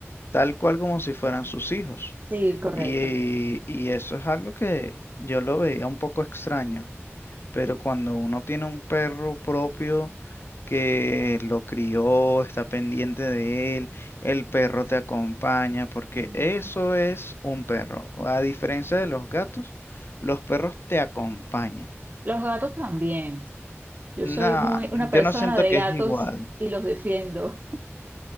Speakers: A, on the left (about 55°); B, on the right (about 40°).
A: tal cual como si fueran sus hijos.
B: Sí, correcto.
A: Y, y eso es algo que yo lo veía un poco extraño, pero cuando uno tiene un perro propio que lo crió, está pendiente de él, el perro te acompaña, porque
B: Ujú.
A: eso es un perro. A diferencia de los gatos, los perros te acompañan.
B: Los gatos también. Yo soy
A: No,
B: muy una
A: yo
B: persona
A: no siento
B: de
A: que
B: gatos
A: es igual.
B: y los defiendo.